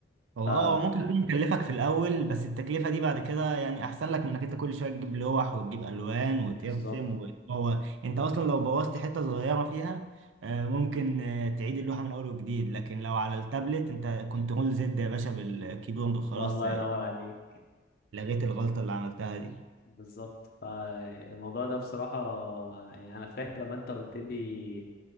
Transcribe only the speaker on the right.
هو
اه هو ممكن يكون يكلفك في الاول بس التكلفه دي بعد كده يعني احسن لك من انك انت كل شويه تجيب لوح وتجيب الوان وترسم
وهو انت اصلا لو بوظت حته صغيره فيها آه، ممكن آه، تعيد اللوحه من اول وجديد لكن لو على التابلت انت كنترول زد يا باشا بالكيبورد وخلاص
آه،
لغيت الغلطه اللي عملتها دي